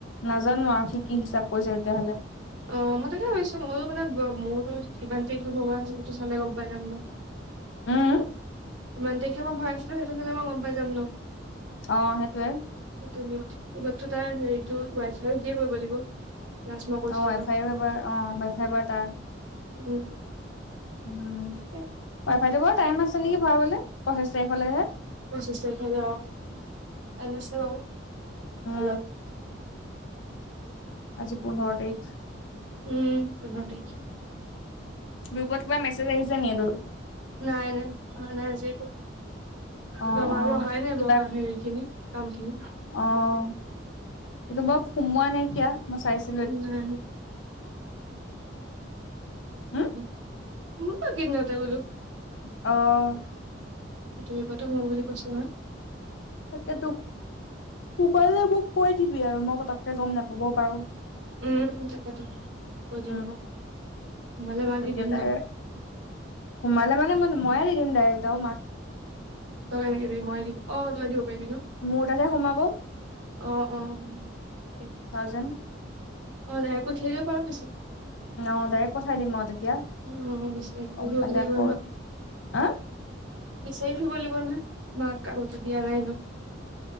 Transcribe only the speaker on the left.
নাজানোঁ আৰু সি কি হিচাপ কৰিছে তেতিয়াহ'লে।
উম উম
অ', সেইটোয়ে।
অ', ৱাইফাইৰো
এবাৰ অ', ৱাইফাইবাৰ তাৰ।
উম।
ৱাইফাটো বাৰু টাইম আছে নেকি ভৰাবলৈ পঁচিছ তাৰিখলৈহে।
উম
আজি পোন্ধৰ তাৰিখ।
গ্ৰুপত কিবা মেছেজ আহিছে নি এইটোৰ?
অ
অ
কিবা
অ', এইেইটো বৰ সোমোৱা না কিয়া মই চাইছ
উম
অ'।
তাকেতো, উপায় নাই মোক কৈ দিবি আৰু মই পতককে গম নাপাবও পাৰো।
উম
তেতিয়া
তাই
সোমালে মানে ময়ে দি দিম ডাইৰেক্ট আৰু মা
মোৰ তাতহে সোমাব।
থাউজেন্ড।
অ', ডাইৰেক্ট পঠাই দিম আও তেতিয়া।
গম পালে
আকৌ
আ?